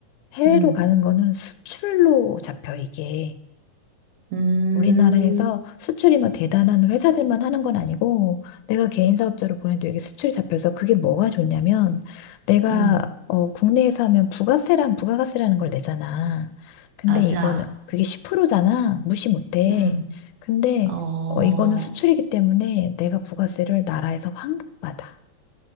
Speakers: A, on the left; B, on the right.
A: 해외로
B: 음,
A: 가는 거는 수출로 잡혀 이게.
B: 음,
A: 우리나라에서 수출이 막 대단한 회사들만 하는 건 아니고 내가 개인 사업자로 보내도 이게 수출이 잡혀서 그게 뭐가 좋냐면 내가
B: 음.
A: 어, 국내에서 하면 부가세라는 부가가세라는 걸 내잖아. 근데
B: 맞아.
A: 이거는 그게 10%잖아. 무시 못해.
B: 음.
A: 근데
B: 어,
A: 어, 이거는 수출이기 때문에 내가 부가세를 나라에서 환급받아.